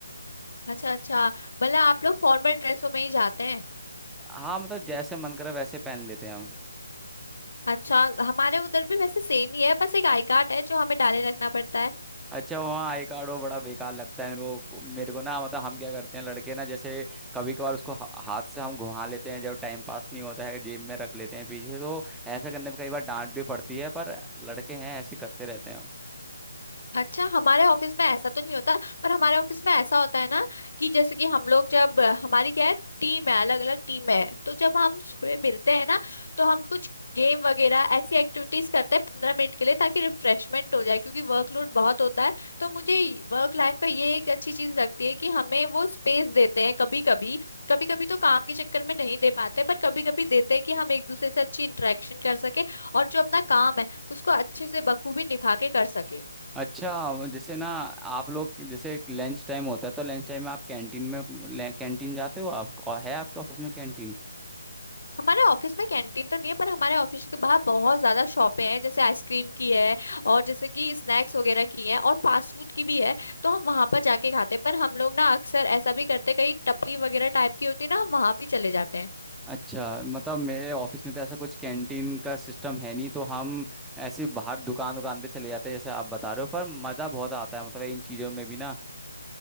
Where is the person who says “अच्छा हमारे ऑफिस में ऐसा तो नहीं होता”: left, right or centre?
Left